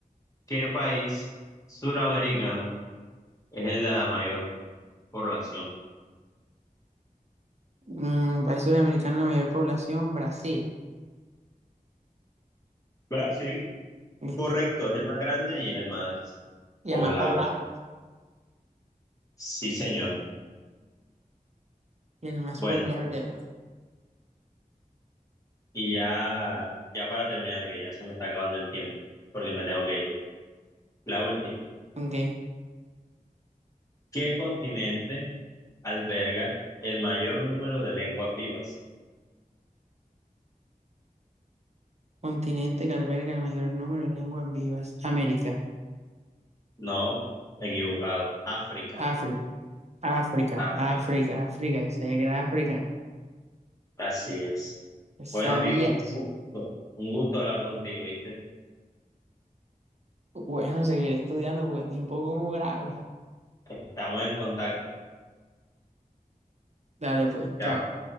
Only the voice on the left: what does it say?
¿qué país suramericano es el de la mayor población?
Brasil.
Correcto, es el más grande y es el más
poblado.
Sí, señor.
Bueno,
y ya, ya para terminar, que ya se me está acabando el tiempo, porque me tengo que ir. La última.
¿Qué continente? alberga el mayor número de lenguas vivas.
No, equivocado. África,
África.
Así es.
Bueno, amigo, un gusto, un gusto hablar contigo, ¿viste?
Estamos en contacto.
Chao.